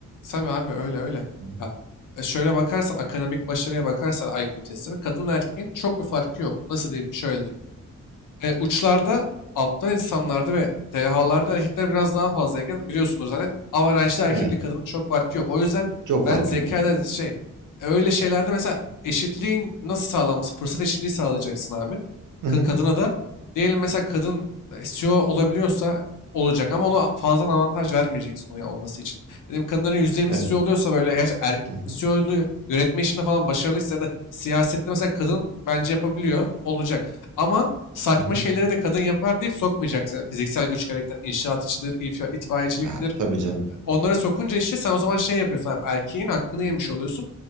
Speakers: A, on the left; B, on the right.
A: tabii abi öyle öyle.
B: Hı.
A: Ya, e, şöyle bakarsan akademik başarıya bakarsan IQ testine kadın erkeğin çok bir farkı yok. Nasıl diyeyim? Şöyle diyeyim. E, uçlarda aptal insanlarda ve dehalarda erkekler biraz daha fazlayken biliyorsunuz zaten averajda
B: Evet.
A: erkekle kadının çok farkı yok. O yüzden
B: Çok
A: ben
B: fark
A: zekada
B: yok evet.
A: şey e, öyle şeylerde mesela eşitliğin nasıl sağlanması fırsat eşitliği sağlayacaksın abi.
B: Hı hı.
A: Ka- kadına da diyelim mesela kadın CEO olabiliyorsa olacak ama ona fazladan avantaj vermeyeceksin o ya- olması için. Dedim kadınların %20'si
B: Evet.
A: CEO oluyorsa böyle gerçi erkek
B: Hı hı.
A: CEO'lu yönetme işinde falan başarılıysa ya da siyasette mesela kadın bence yapabiliyor olacak. Ama Saçma
B: Hı hı.
A: şeylere de kadın yapar deyip sokmayacaksın. Yani Fiziksel güç gerektiren inşaat işidir, if- itfaiyeciliktir.
B: Ya, tabii canım.
A: Onlara sokunca işte sen o zaman şey yapıyorsun abi, erkeğin hakkını yemiş oluyorsun.